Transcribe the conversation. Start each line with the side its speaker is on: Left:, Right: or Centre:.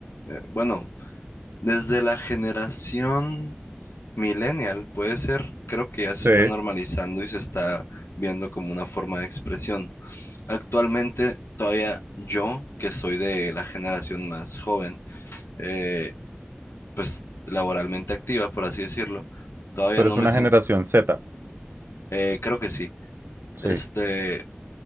Left: eh, bueno, desde la generación millennial, puede ser, creo que ya se
Right: Sí,
Left: está normalizando y se está viendo como una forma de expresión. Actualmente, todavía yo, que soy de la generación más joven, eh, pues laboralmente activa, por así decirlo. Todavía
Right: tú eres
Left: no me
Right: una
Left: siento,
Right: generación Z.
Left: eh, creo que sí,
Right: Sí,
Left: este,